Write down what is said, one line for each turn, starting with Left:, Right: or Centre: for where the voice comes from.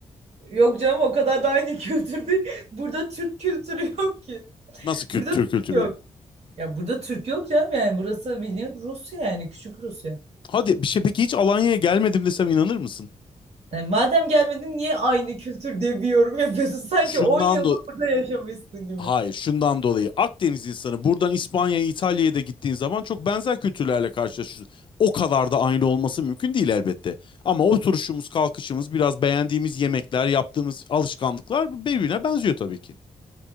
Right: Yok canım o kadar da aynı kültür değil. <laughs> Burada Türk kültürü yok ki.
Left: Nasıl kült
Right: Burada
Left: Türk
Right: Türk
Left: kültürü
Right: yok.
Left: yok?
Right: Ya burada Türk yok canım yani burası bildiğin Rusya yani küçük Rusya.
Left: Hadi bir şey peki hiç Alanya'ya gelmedim desem inanır mısın?
Right: Yani madem gelmedin niye aynı kültür diye bir yorum yapıyorsun? <laughs> Sanki
Left: Şundan
Right: 10 yılda
Left: da
Right: burada yaşamışsın gibi.
Left: Hayır, şundan dolayı Akdeniz insanı buradan İspanya'ya, İtalya'ya da gittiğin zaman çok benzer kültürlerle karşılaşıyorsun. O kadar da aynı olması mümkün değil elbette. Ama oturuşumuz, kalkışımız, biraz beğendiğimiz yemekler, yaptığımız alışkanlıklar birbirine benziyor tabii ki.